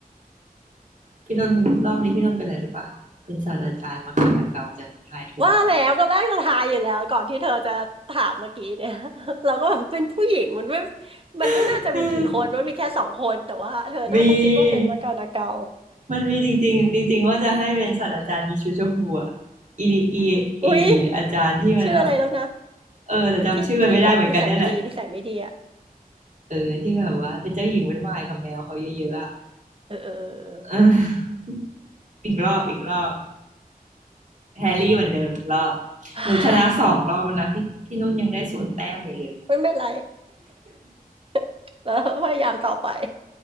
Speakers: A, on the right; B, on the right.
A: พี่นนท์รอบนี้พี่นนท์เป็นอะไรหรู้ปะเป็นศาสตราจารย์มาก่อนละเกาแต่ทายถูกก่อน
B: ว่าแล้วตอนแรกเราทายอยู่แล้วก่อนที่เธอจะถามเมื่อกี้เนี่ย <laughs> เราก็แบบเป็นผู้หญิงมันไม่มันไม่น่าจะมีกี่คนมันมีแค่สองคนแต่ว่าเธอน่าจะคิดว่าเป็นมะกานาเกา
A: <laughs> มีมันมีจริงๆจริงๆว่าจะให้เป็นศาสตราจารย์ยีชูโชฮัออีดีอีอีอาจารย์ที่มันแบบ
B: <laughs> อุ๊ยชื่ออะไรแล้วนะ
A: เออแต่จำชื่อมันไม่ได้เหมือนกันนั่นแหละ
B: ที่ที่แบบนิสัยไม่ดีนิสัยไม่ดีอ่ะ
A: เออที่แบบว่าเป็นเจ้าหญิงวุ่นวายกับแมวเขาเยอะๆอ่ะ
B: เออเออเออ
A: <laughs> เอออีกรอบอีกรอบแฮร์รี่เหมือนเดิมอีกรอบ
B: เอ
A: หนูชนะสองรอบแล้วนะพี่พี่นุ่นยังได้ศูนย์แต้มอยู่เลย
B: อ <sighs> เฮ้ยไม่เป็นไร <laughs> แล้วพยายามต่อไป